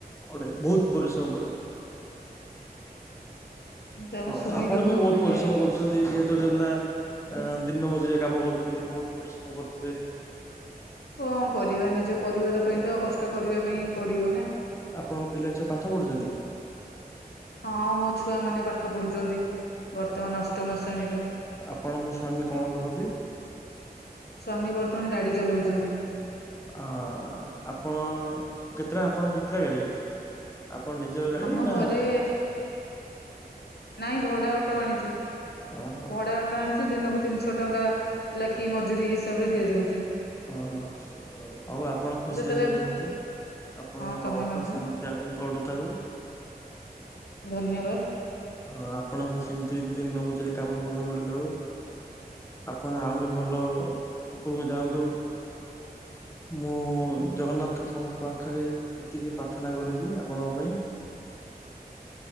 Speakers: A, on the left; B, on the left.
A: ପଡେ ବହୁତ ପରିଶ୍ରମ ପଡେ।
B: ତାକୁ
A: ହଁ
B: ଶୁଣିକି
A: ଆପଣ ବି ବହୁତ
B: ମାନେ
A: ପରିଶ୍ରମ କରୁଛନ୍ତି। ଯେହେତୁ ହେଲା ଦିନ ମଜୁରୀ କାମ କରୁଛନ୍ତି ବହୁତ ପରିଶ୍ରମ କରୁଥିବେ।
B: କଣ କରିବା ନିଜ ପରିବାର ପାଇଁ ତ କଷ୍ଟ କରିବା ପାଇଁ ପଡିବ ନା।
A: ଆପଣଙ୍କ ପିଲା ଛୁଆ ପାଠ ପଢୁଛନ୍ତି।
B: ହଁ ମୋ ଛୁଆମାନେ ପାଠ ପଢୁଛନ୍ତି। ବର୍ତ୍ତମାନ ଅଷ୍ଟମ ଶ୍ରେଣୀରେ।
A: ଆପଣଙ୍କ ସ୍ଵାମୀ କଣ କରନ୍ତି?
B: ସ୍ୱାମୀ ବର୍ତ୍ତମାନ ଗାଡି ଚଲାଉଛନ୍ତି।
A: ହଁ ଆପଣ କେତେଟା ଆପଣ କେତେଟା ଗାଡି ଅଛି? ଆପଣ ନିଜର ଗାଡି
B: ଆମ
A: ନା
B: ଘରେ ନାଇଁ ଭଡା ଅଟୋ ଆଣିଛୁ
A: ଓହୋ
B: ଭଡା ଅଟ। ଆଣିଛୁ ଦିନକୁ ତିନିଶହ ଟଙ୍କା ଲେଖି ମଜୁରୀ ହିସାବରେ ଦିଆଯାଉଛି।
A: ହଁ ହଁ ହଉ ଆପଣ ଖୁସିରେ
B: ଯେତେବେଳେ
A: ରୁହନ୍ତୁ ଆପଣଙ୍କ
B: ହଁ ତମେ
A: ଅଟୋ
B: ମଧ୍ୟ
A: ସେମିତି ଗଢୁଥାଉ।
B: ଧନ୍ୟବାଦ।
A: ହଁ ଆପଣଙ୍କୁ ସେମିତି ଦିନ ମଜୁରୀ କାମ ଭଲ ମିଳୁଥାଉ। ଆପଣ ଆହୁରି ଭଲ ଉପରକୁ ଯାଆନ୍ତୁ। ମୁଁ ଜଗନ୍ନାଥଙ୍କ ପାଖରେ ଏତିକି ପ୍ରାର୍ଥନା କରୁଛି ଆପଣଙ୍କ ପାଇଁ।